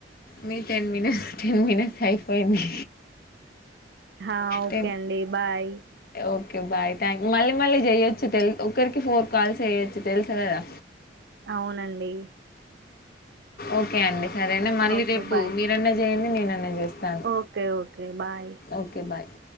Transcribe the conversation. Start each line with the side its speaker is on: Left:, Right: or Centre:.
Left: మీ టెన్ మనిట్స్ టెన్ మనిట్స్ అయిపోయింది
Right: హా ఓకే
Left: టెన్
Right: అండి బాయ్
Left: ఓకే బాయ్ థ్యాంక్ మళ్ళీ మళ్ళీ చెయొచ్చు ఒకరికి ఫోర్ కాల్స్ చెయ్యొచ్చు తెలుసు కదా
Right: అవునండి
Left: ఓకే అండి సరేనా మళ్ళీ
Right: ఓకే
Left: రేపు
Right: బాయ్
Left: మీరన్నా చేయండి నేనన్నా చేస్తాను
Right: okay okay bye
Left: okay bye